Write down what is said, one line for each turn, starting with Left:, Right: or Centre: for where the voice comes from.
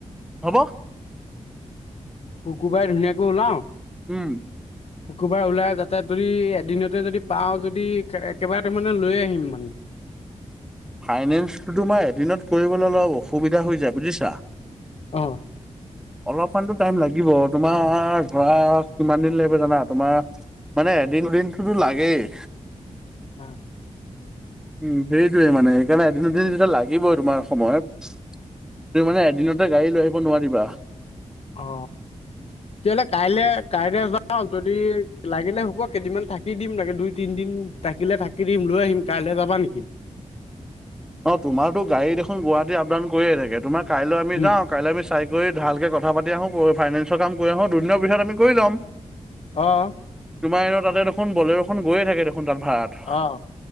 Centre: হ'ব।
Left: শুকুৰবাৰে ধুনীয়াকৈ ওলাওঁ।
Centre: উম।
Left: শুকুৰবাৰ ওলাই যাতে যদি এদিনতে যদি পাও যদি কেইবাটা মানে লৈ আহিম মানে।
Centre: ফাইনেন্সটো তোমাৰ এদিনত কৰিবলৈ অলপ অসুবিধা হৈ যায় বুজিছা।
Left: অহ।
Centre: অলপমানতো টাইম লাগিব, তোমাৰ ধৰা কিমান দিন লাগিব জানা তোমাৰ মানে এদিন দুদিনটোতো লাগেই।
Left: উ।
Centre: উম সেইটোৱে মানে সেইকাৰণে এদিন দুদিন লাগিবই তোমাৰ সময়ত। তুম মানে এদিনতে গাড়ী লৈ আহিব নোৱাৰিবা।
Left: অ তেতিয়াহ'লে কাইলে কাইলে যাওঁ। যদি লাগ থাকিলে হ'ব কেইদিনমান থাকি দিম লাগে। দুই তিনিদিন থাকিলে থাকি দিম লৈ আহিম কাইলৈ যাবা নেকি? <inaudible>
Centre: অ তোমাৰো গাড়ী দেখোন গুৱাহাটী আপডাউন কৰি থাকে, তোমাৰ কাইলৈ আমি
Left: উম,
Centre: যাওঁ কাই আ চাই কৰি ভালকৈ কথা পাতি আহোঁ ফাইনেন্ঞ্চৰ কাম কৰি আহোঁ, দুদিনৰ ভিতৰত আমি কৰি ল'ম।
Left: অহ
Centre: তোমাৰ ইও তাতে দেখোন বলেৰখন গয়ে থাকে দেখ সু তাত ভাড়াত
Left: অ',